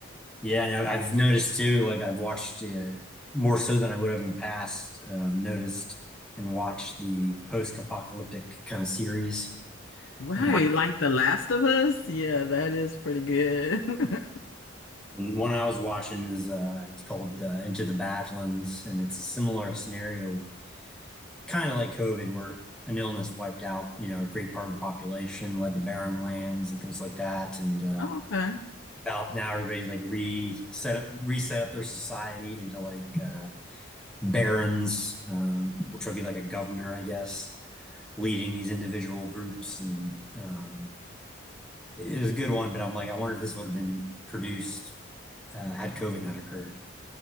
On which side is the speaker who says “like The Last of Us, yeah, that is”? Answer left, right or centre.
Left